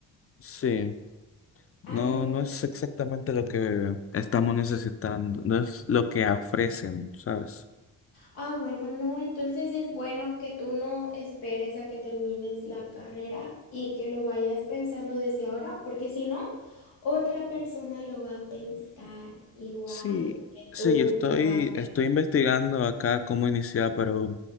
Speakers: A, on the left (about 30°); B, on the left (about 75°).
A: Sí. No,
B: Ah, no.
A: no es exactamente lo que estamos necesitando, no es lo que ofrecen, ¿sabes?
B: Ah, bueno, no. Entonces es bueno que tú no esperes a que termines la carrera y que lo vayas pensando desde ahora, porque si no, otra persona lo va a pensar igual
A: Sí,
B: que tú
A: sí, yo estoy,
B: y lo va a hacer.
A: estoy investigando acá cómo iniciar, pero,